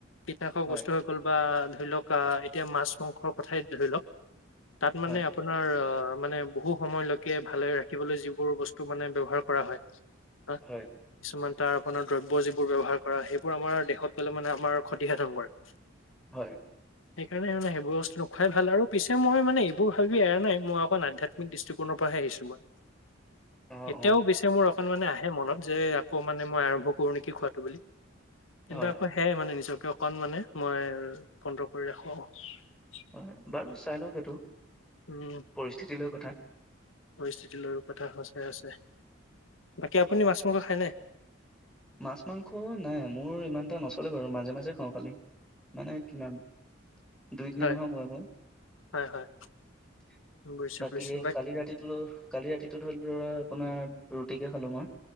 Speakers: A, on the left; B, in the centre.
A: পিঠখ
B: হয়,
A: বস্তু হৈ গল বা ধৰি লওক আহ এতিয়া মাছ মাংসৰ কথাই ধৰি লওক তাত মানে
B: হয়,
A: আপোনাৰ অ মানে বহু সময়লৈকে ভালে ৰাখিবলৈ যিবোৰ বস্তু মানে বৱহাৰ কৰা হয় হ কিছুমান
B: হয়,
A: তাৰ আপোনাৰ দ্ৰব্য যিবোৰ ব্যৱহাৰ কৰা সেইবোৰ আমাৰ দেশত গলে মানে আমাৰ ক্ষতিসাধন কৰে
B: হয়
A: সেইকাৰণে মানে সেইবোৰ বস্তুখুৱাই ভাল আৰু পিছে মই মানে এইবোৰ ভাবি এৰা নাই মই অকণ আধ্যাত্মিক দৃষ্টিকোণৰ পৰাহে আহিছো মই
B: অ',
A: এতিয়াও
B: অ',
A: পিছে মোৰ অকনমান আহে মনত আকৌ মানে মই আৰম্ভ কৰো নেকি খোৱাটো বুলি <unintelligible>
B: হয়,
A: কিন্তু আকৌ সেয়াই মানে নিজক অকণ মানে মই বন্ধ কৰি ৰাখো আৰু
B: হয় বাৰু চাই লওক সেইটো
A: উম।
B: পৰিস্থিতি লৈ কথা
A: পৰিস্থিতি লৈ কথা সঁচাই আছে বাকী আপুনি মাছ মাংস খায়নে
B: মাছ মাংস নাই মোৰ ইমান এটা নচলে বাৰু মাজে মাজে খাওঁ খালি মানে কিমান দুই তিনি
A: হয়
B: মাহৰ মোৰে মোৰে মই
A: হয় হয় বুজিছো
B: বাকী
A: বুজিছো
B: কালি ৰাতিটো কালি ৰাতি ধৰি আপোনাৰ ৰুটিকে খালো মই